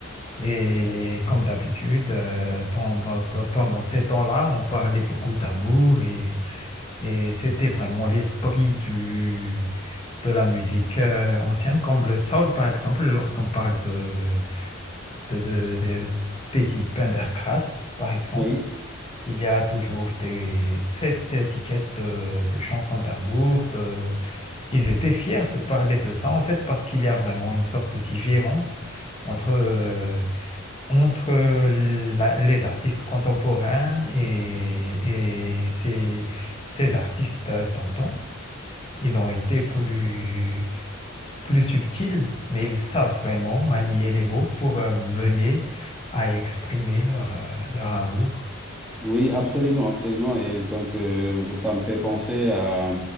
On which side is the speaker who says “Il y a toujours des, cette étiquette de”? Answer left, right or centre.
Left